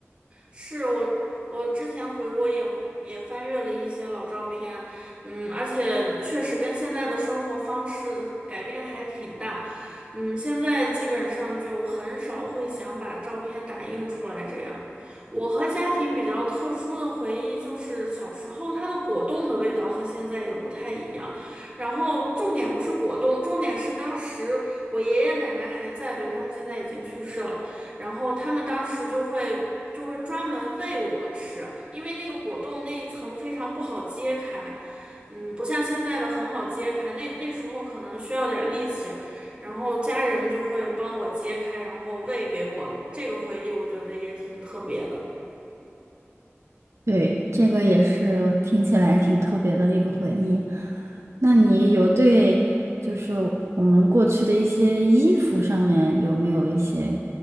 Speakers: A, on the right (about 20°); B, on the right (about 70°).
A: 是我，我之前回国也也翻阅了一些老照片，嗯，而且确实跟现在的生活方式改变还挺大，嗯，现在基本上就很少会想把照片打印出来这样。我和家庭比较特殊的回忆就是小时候它的果冻的味道和现在也不太一样，然后重点不是果冻，重点是当时我爷爷奶奶还在，对，他们现在已经去世了。然后他们当时就会就会专门喂我吃，因为那个果冻那一层非常不好揭开，嗯，不像现在的很好揭开，那那时候可能需要点力气，然后家人就会帮我揭开，然后喂给我，这个回忆我觉得也挺特别的。
B: 对，这个也是听起来挺特别的一个回忆。那你有对就是我们过去的一些衣服上面有没有一些